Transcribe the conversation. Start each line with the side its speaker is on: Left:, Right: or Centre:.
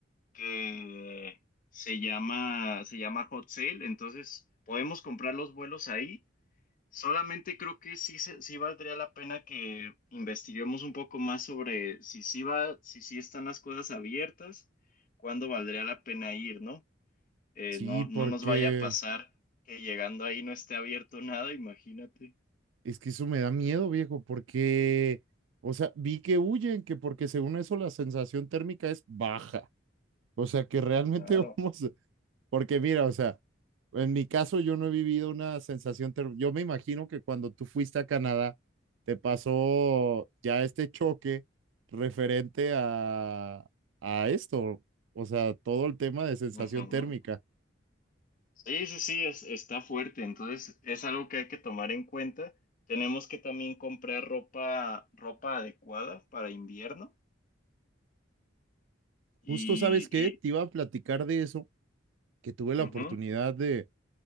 Left: que se llama, se llama Hot Sale, entonces podemos comprar los vuelos ahí. Solamente creo que sí, se- sí valdría la pena que investiguemos un poco más sobre si sí va, si sí están las cosas abiertas, cuándo valdría la pena ir, ¿no? Eh,
Right: Sí,
Left: no,
Right: porque
Left: no nos vaya a pasar que llegando ahí no esté abierto nada, imagínate.
Right: es que eso me da miedo, viejo, porque, o sea, vi que huyen, que porque según eso la sensación térmica es baja. O sea, que realmente
Left: Claro.
Right: <laughs> vamos, Porque mira, o sea, en mi caso yo no he vivido una sensación terrible. Yo me imagino que cuando tú fuiste a Canadá, te pasó ya este choque referente a, a esto, o sea, todo el tema de sensación
Left: Ujú.
Right: térmica.
Left: Sí, sí, sí, es, está fuerte, entonces es algo que hay que tomar en cuenta. Tenemos que también comprar ropa, ropa adecuada para invierno y,
Right: Justo, ¿sabes qué?
Left: y
Right: Te iba a platicar de eso, que tuve la
Left: ujú.
Right: oportunidad de,